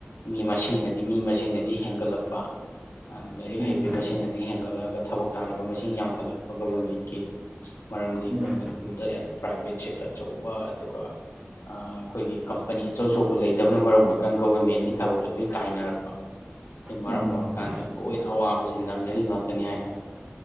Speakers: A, on the left; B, on the right.
A: ꯃꯤ ꯃꯁꯤꯡꯅꯗꯤ ꯃꯤ ꯃꯁꯤꯡꯅꯗꯤ ꯍꯦꯟꯒꯠꯂꯛꯄ ꯂꯥꯏꯔꯤꯛ
B: ꯎꯝ
A: ꯍꯩꯕꯩ ꯃꯁꯤꯡꯅꯗꯤ ꯍꯦꯟꯒꯠꯂꯛꯑꯒ ꯊꯕꯛ ꯇꯥꯟꯅꯕ ꯃꯁꯤꯡ ꯌꯥꯝꯈꯠꯂꯛꯄ ꯒꯚꯔꯃꯦꯟꯀꯤ ꯃꯔꯝꯗꯤ
B: ꯎꯝ
A: ꯑꯈꯣꯏ ꯃꯅꯤꯄꯨꯔꯗ <unintelligible> ꯄ꯭ꯔꯥꯏꯚꯦꯠ ꯁꯦꯛꯇꯔ ꯑꯆꯧꯕ ꯑꯗꯨꯒ ꯑꯥ ꯑꯥꯈꯣꯏꯒꯤ ꯀꯝꯄꯅꯤ ꯑꯆꯧ ꯑꯆꯧꯕ ꯂꯩꯇꯕꯅꯥ ꯃꯔꯝ ꯑꯣꯏꯔꯀꯥꯟ ꯒꯣꯚꯔꯃꯦꯟꯒꯤ ꯊꯕꯛꯇ ꯂꯣꯏ ꯇꯥꯏꯅꯔꯛꯄ ꯁꯤꯅ ꯃꯔꯝ
B: ꯃꯥꯅꯦ
A: ꯑꯣꯏꯔꯀꯥꯟꯗ ꯂꯣꯏꯅ ꯑꯋꯥꯕꯁꯤ ꯅꯪꯅꯔꯤ ꯉꯥꯛꯇꯅꯤ ꯍꯥꯏꯇꯥꯔꯦ